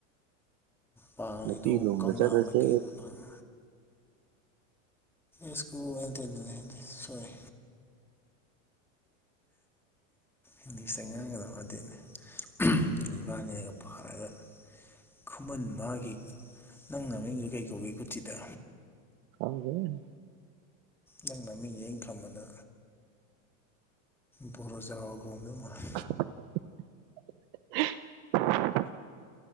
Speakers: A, in the centre; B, on the right (about 45°).
A: ꯄꯥꯡꯂꯦꯗꯣ
B: ꯅꯨꯄꯤ ꯂꯣꯝꯗ
A: ꯀꯪꯂꯥ
B: ꯆꯠꯂꯁꯦ
A: ꯃꯥꯏꯀꯩ ꯄꯥꯡ ꯏꯁꯀꯣ <unintelligible> ꯑꯦ <unintelligible> ꯁꯣꯢꯔꯦ ꯏꯪꯂꯤꯁꯇ ꯉꯥꯡꯒꯗꯕ ꯅꯠꯇꯦꯅꯦ ꯏꯕꯥꯅꯤꯒ ꯄꯥꯔꯒ ꯈꯨꯃꯟ ꯃꯥꯒꯤ ꯅꯪ ꯅꯃꯤꯡꯗꯣ ꯀꯩ ꯀꯧꯒꯦ ꯀꯨꯊꯤꯗ
B: ꯈꯪꯗꯦꯗ
A: ꯅꯪ ꯅꯃꯤꯡꯁꯦ ꯑꯩꯅ ꯈꯥꯟꯕꯗ ꯄꯣꯔꯣꯖꯥꯎ ꯀꯧꯔꯝꯗꯧ ꯃꯥꯜꯂꯦ
B: <unintelligible>